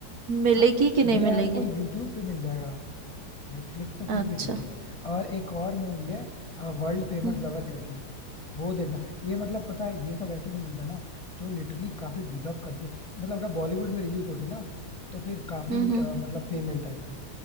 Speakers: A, on the right; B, on the left.
A: मिलेगी
B: हाँ
A: कि नहीं
B: ये
A: मिलेगी
B: आपको यूट्यूब पे मिल जाएगा नेटफ्लिक्स तो फिर
A: अच्छा
B: भी ठीक है और एक और मूवी है वर्ल्ड फेमस
A: हम्म
B: लवर करके वो देखना ये मतलब पता है ये सब ऐसी मूवीज है ना जो लिटरली काफी डिजर्व करती मतलब अगर बॉलीवुड में रिलीज होती ना तो फिर काफी
A: हम्म
B: अ, मतलब फेम मिलता है इनको